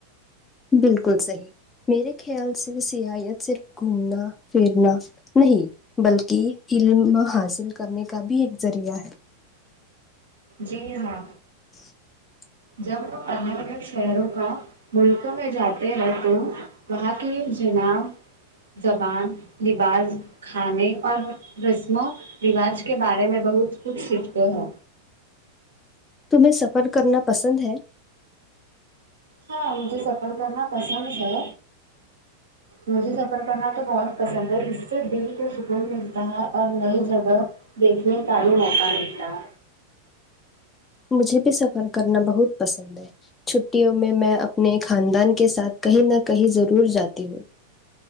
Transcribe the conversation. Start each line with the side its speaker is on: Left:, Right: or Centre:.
Left: بالکل صحیح میرے خیال سے سحایت صرف گھومنا پھرنا نہیں بلکہ علم حاصل کرنے کا بھی ایک ذریعہ ہے
Right: جی ہاں
Left: ناقابل سماعت
Right: جب الگ الگ شہروں کا ملکوں میں جاتے ہیں تو وہاں کی جناب زبان لباس کھانے اور رسم و رواج کے بارے میں بہت کچھ سیکھتے ہیں
Left: تمہیں سفر کرنا پسند ہے
Right: ہاں مجھے سفر کرنا پسند ہے
Left: ناقابل سماعت
Right: مجھے سفر کرنا تو بہت پسند ہے اس سے دل کو سکون ملتا ہے اور نئی جگہ دیکھنے کا بھی موقع ملتا
Left: مجھے بھی سفر کرنا بہت پسند ہے چھٹیوں میں میں اپنے خاندان کے ساتھ کہیں نہ کہیں ضرور جاتی ہوں